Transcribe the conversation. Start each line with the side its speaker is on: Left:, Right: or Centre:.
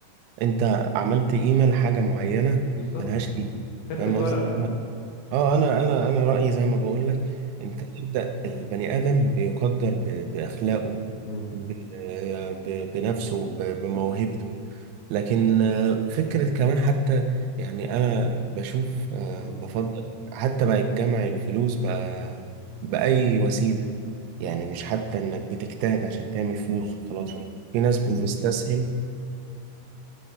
Right: انت عملت قيمة لحاجة معينة
Left: بالظبط
Right: ملهاش قيمة
Left: حته
Right: فاهم قصدي
Left: ورقه
Right: أنا- اه انا انا انا رأيي زي ما بقول لك انت ابدأ البني ادم بيقدر ب... باخلاقه
Left: مم.
Right: ب... ب... بنفسه ب...
Left: بالظبط
Right: بموهبته لكن آه، فكرة كمان حتى يعني أنا بشوف آه،
Left: مم.
Right: بفضل حتى بقى يتجمع الفلوس بقى بأي وسيلة يعني مش حتى إنك بتجتهد عشان تعمل فلوس خلاص في ناس بتستسهل